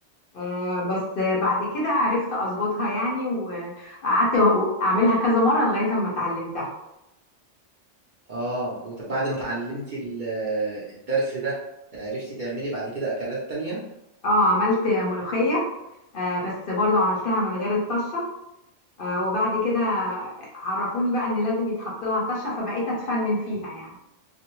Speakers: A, on the left; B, on the right.
A: آه، بس بعد كده عرفت اظبطها يعني وقعدت اعملها كذا مره لغايه اما اتعلمتها
B: آه وبعد ما اتعلمتي ال- الدرس ده عرفتي تعملي بعد كده أكلات تانية
A: اه عملت ملوخيه آه، بس برضو عملتها من غير الطشه آه، وبعد كده عرفوني بقى ان لازم يتحط لها طشه فبقيت اتفنن فيها يعني